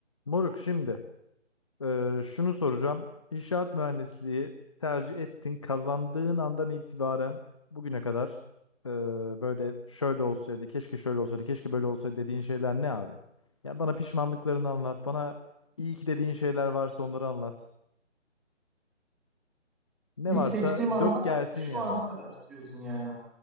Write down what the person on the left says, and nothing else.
Moruk şimdi e, şunu soracağım. İnşaat mühendisliği tercih ettin, kazandığın andan itibaren bugüne kadar e, böyle şöyle olsaydı, keşke şöyle olsaydı, keşke böyle olsaydı dediğin şeyler ne abi? Ya bana pişmanlıklarını anlat, bana iyi ki dediğin şeyler varsa onları anlat. Ne
varsa
dök
gelsin
yani.